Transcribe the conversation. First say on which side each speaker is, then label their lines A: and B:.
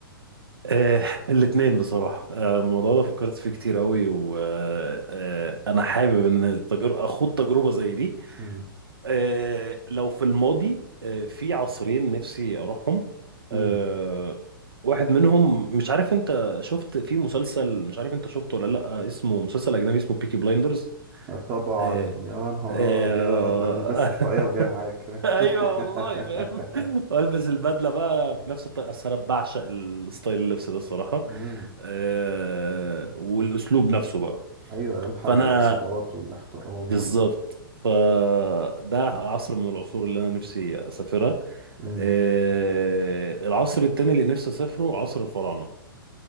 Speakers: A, on the right (about 85°); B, on the right (about 35°).
A: آه الاثنين بصراحة آه، الموضوع ده فكرت فيه كتير قوي وأنا حابب إن تجر- أخوض تجربة زي دي
B: امم
A: آه، لو في الماضي آه، في عصرين نفسي أروحهم
B: امم
A: آه، واحد منهم مش عارف أنت شفت في مسلسل مش عارف أنت شفته ولا لأ اسمه مسلسل أجنبي اسمه بيكي بلايندرز
B: طبعا
A: آه،
B: يا نهار
A: آه،
B: ابيض انا لبست الطاقية
A: <laughs>
B: وجاي معاك
A: <laughs>
B: فاهم
A: ايوه
B: <laughs>
A: والله فاهم <laughs> والبس البدله بقى بنفس الطريقه أصل انا بعشق الستايل اللبس ده الصراحه
B: امم
A: أه والاسلوب نفسه بقى
B: ايوه ايام حرب
A: فانا
B: العصابات والاحترام
A: بالظبط
B: ولا
A: فده عصر من العصور اللي انا نفسي اسافرها
B: امم
A: أه العصر التاني اللي نفسي اسافره عصر الفراعنه